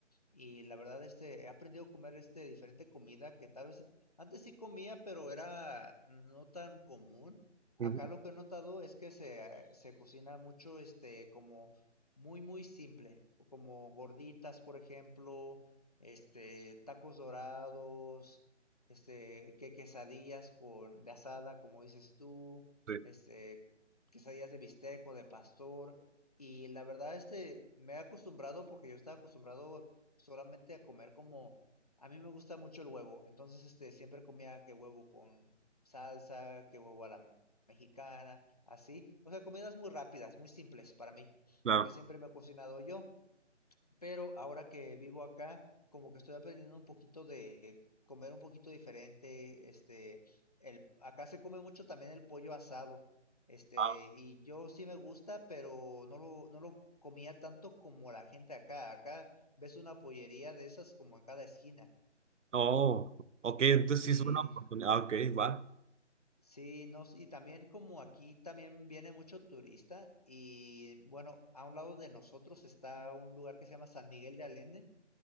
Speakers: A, on the left; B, on the right.
A: Y la verdad, este, he aprendido a comer este diferente comida que tal vez antes sí comía, pero era no tan común. Acá
B: Ujú.
A: lo que he notado es que se, eh, se cocina mucho, este, como muy, muy simple, o como gorditas, por ejemplo, este, tacos dorados, este, que quesadillas con, de asada, como dices tú,
B: Sí.
A: este, quesadillas de bistec o de pastor. Y la verdad, este, me he acostumbrado porque yo estaba acostumbrado solamente a comer como, a mí me gusta mucho el huevo, entonces este, siempre comía que huevo con salsa, que huevo a la mexicana, así, o sea, comidas muy rápidas, muy simples para mí,
B: Claro.
A: porque siempre me he cocinado yo pero ahora que vivo acá, como que estoy aprendiendo un poquito de comer un poquito diferente, este, el, acá se come mucho también el pollo asado, este,
B: Ah,
A: y yo sí me gusta, pero no lo, no lo comía tanto como la gente acá, acá ves una pollería de esas como en cada esquina,
B: oh, ok, entonces
A: sí,
B: sí es una oportunidad. Ah, ok, va.
A: sí, no, s- y también como aquí también viene mucho turista, y bueno, a un lado de nosotros está un lugar que se llama San Miguel de Allende,